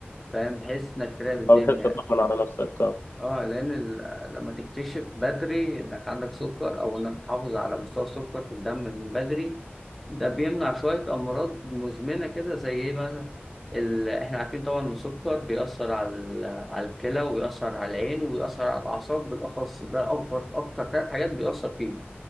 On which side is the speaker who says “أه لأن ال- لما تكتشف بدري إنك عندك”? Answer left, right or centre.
Centre